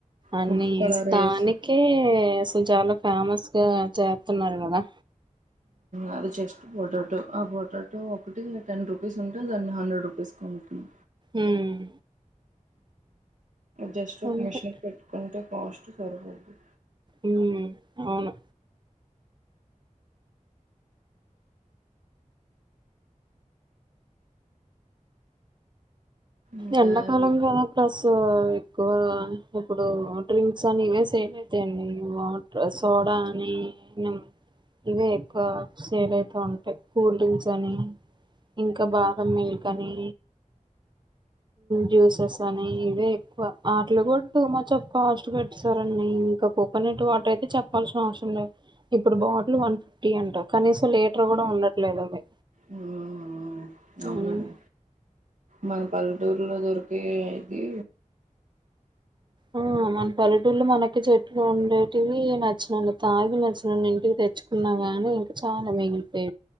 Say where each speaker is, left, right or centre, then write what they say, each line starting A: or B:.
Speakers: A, on the right; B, on the right.
A: అన్నిస్
B: ఫుడ్ కలర్ వేసి
A: దానికే అసలు చాలా ఫేమస్ గా చేత్తున్నారు గదా
B: అది జెస్ట్ పొటాటో అ పొటాటో ఒకటి టెన్ రూపీస్ ఉంటే దాన్ని హండ్రెడ్ రూపీస్కి అమ్ముతున్
A: ఉమ్
B: జస్ట్ ఒక
A: అంతే
B: మిషన్ పెట్టుకుంటే కాస్ట్ సరిపోద్ది
A: ఉమ్ అవును
B: ఇంకా
A: ఎండాకాలం
B: అవి
A: గదా ప్రస్ సో ఎక్కువా ఇప్పుడు డ్రింక్స్ అని ఇవే సేల్ అయితయండి వాటర్ సాల్ డా అని నిమ్ ఇవే ఎక్కువ సేల్ అయితా ఉంటయి కూల్ డ్రింక్స్ అని ఇంక బాదం మిల్కనీ జ్యూసెస్ అని ఇవే ఎక్కువ ఆటిలో గూడ టూ మచ్ ఆఫ్ కాస్ట్ పెట్టెసారండి ఇంక కోకోనెట్ వాటర్ అయితే చెప్పాల్సిన అవసరం లేద్ ఇప్పుడు బాటిల్ వన్ ఫిఫ్టీ అంటా కనీసం లీటర్ గూడ ఉండట్లేదు అవి
B: ఉమ్ అవునండి
A: ఉమ్.
B: మన పల్లెటూర్లో దొరికేదీ
A: అ మన పల్లెటూళ్ళు మనక్ కి చెట్టులు ఉండేటివీ నచ్చినన్ని తాగి నచ్చినన్నీ ఇంటికి తెచ్చుకున్నా గానీ ఇంకా చాలా మిగ్ ల్పే